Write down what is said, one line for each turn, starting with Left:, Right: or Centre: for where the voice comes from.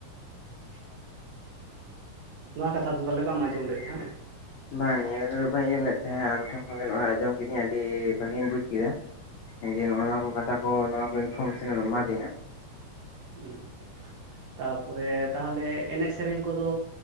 Right: <inaudible> ᱱᱚᱣᱟ ᱠᱟᱛᱷᱟ ᱫᱚ ᱛᱟᱦᱞᱮ ᱵᱟᱢ ᱟᱸᱡᱚᱢ ᱞᱮᱫ ᱛᱟᱦᱮᱸᱜ-ᱟ?
Left: ᱵᱟᱝ ᱱᱤᱭᱟᱹ ᱠᱚ ᱫᱚ ᱵᱟᱹᱧ ᱟᱸᱚᱢ ᱞᱮᱫ ᱛᱟᱦᱮᱸᱜ-ᱟ, ᱟᱢ ᱴᱷᱮᱱ ᱠᱷᱚᱱ ᱱᱚᱣᱟ ᱟᱸᱡᱚᱢ ᱠᱤᱫᱟᱹᱧ ᱟᱹᱰᱤ ᱵᱷᱟᱜᱤᱧ ᱵᱩᱡᱽ ᱠᱮᱜ-ᱟ᱾ ᱦᱮᱸᱜᱮ ᱱᱚᱜ-ᱚ ᱱᱚᱣᱟ ᱠᱚ ᱠᱟᱛᱷᱟ ᱠᱚ ᱱᱚᱣᱟ ᱠᱚ ᱤᱱᱯᱷᱚᱨᱢᱮᱥᱚᱱ ᱮᱢ ᱮᱢᱟ ᱫᱤᱧᱟᱹ᱾
Right: ᱦᱩᱸ ᱛᱟᱯᱚᱨᱮ ᱛᱟᱦᱚᱞᱮ ᱮᱱᱮᱡ ᱥᱮᱨᱮᱧ ᱠᱚᱫᱚ